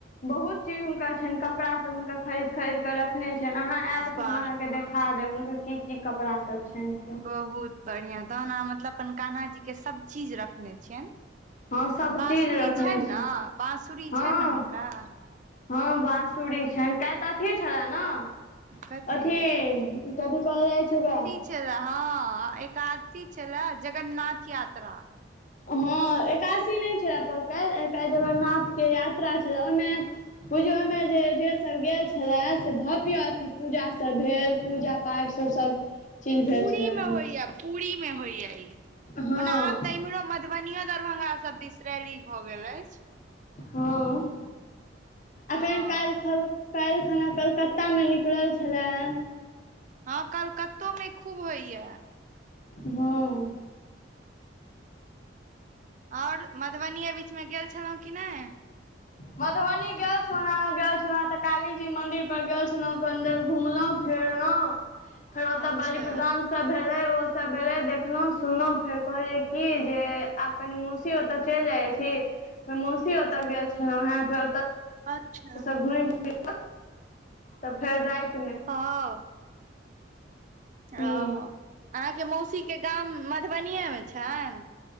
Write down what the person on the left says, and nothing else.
बहुत चीज हुनकर छनि, कपड़ा सब हुनका खरीद खरीद कऽ रखने छियनि, अहाँ आयब तऽ
हम अहाँकेँ देखा देब हुनकर की की कपड़ा सब छनि से।
हँ सब
चीज रखने
छै
हँ
हँ बाँंसुरी छनि, काल्हि तऽ अथी छलैन ने
अथी कथी कहल जाइ छै ओकरा
हँ एकादसी नहि छले काल्हि जगन्नाथके यात्रा छल ओहिमे बुझियौ ओहिमे जे जेसभ गेल छले से भव्य अथी पूजासभ भेल पूजा पार्ट सभ, सभ चीज
भेल छलैन।
हँ
हँ,
आखैन काइल ख काल्हि खना कलकत्तामे निकलल छलेह।
हँ।
मधुबनी गेल छलउ, गेल छल तऽ कालीजी मंदिर पर गेल छलौ, कनी देर घुमलों -फिरलहुं।
फेर ओ तऽ
बलि प्रदानप्रदान सब भेलै, ओ सब भेलै देखलहुँ, सुनलहुँ, फेर कहै कि जे आब कनि मौसी ओतए चलि जाइ छी, फेर मौसी
ओतए गेल छलौं हें, फेर ओतए
घूमी फिर तऽ फेर राति
ह